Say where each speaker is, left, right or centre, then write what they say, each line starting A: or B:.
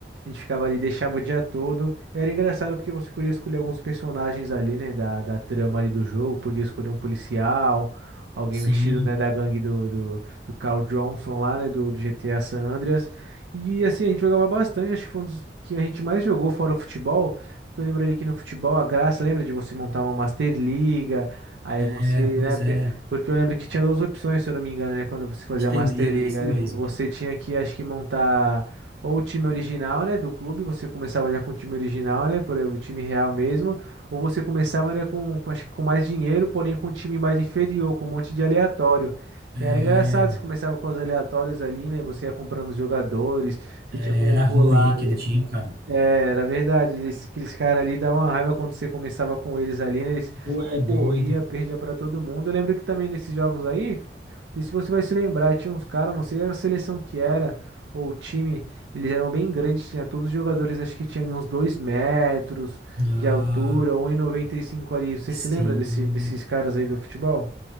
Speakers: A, on the right; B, on the right.
A: A gente ficava ali, deixava o dia todo. Era engraçado porque você podia escolher alguns personagens ali, né, da, da trama ali do jogo. Podia escolher um policial, alguém
B: Sim,
A: vestido, né, da gangue do, do, do Carl Johnson lá, né, do, do GTA San Andreas. E assim, a gente jogava bastante, acho que foi um dos que a gente mais jogou fora o futebol. Porque eu lembro ali que no futebol a graça, lembra de você montar uma Master Liga, aí você,
B: Era, pois
A: né, pe-
B: é.
A: porque eu lembro que tinha duas opções, se eu não me engano, né, quando você fazia
B: Interliga,
A: a Master Liga,
B: é isso mesmo.
A: né, você tinha que, acho que montar ou o time original, né, do clube, você começava já com o time original, né, por exemplo, o time real mesmo, ou você começava, né, com, com- acho que com mais dinheiro, porém com um time mais inferior, com um monte de aleatório.
B: É,
A: E era engraçado, você começava com os aleatórios ali, né, você ia comprando os jogadores, você
B: é,
A: tinha como
B: era
A: pular
B: ruim, hein, aquele
A: ali.
B: time, cara.
A: É, era verdade, eles, aqueles caras ali davam uma raiva quando você começava com eles ali, né, eles
B: Tu
A: não
B: é doido.
A: corria, perdia pra todo mundo. Eu lembro que também nesses jogos aí não sei se você vai se lembrar, tinha uns caras, não sei a seleção que era, ou o time, eles eram bem grandes, tinha todos os jogadores, acho que tinha ali uns 2 metros
B: Ah,
A: de altura, um e e noventa e cinco ali. Você
B: sim.
A: se lembra desse, desses caras aí do futebol?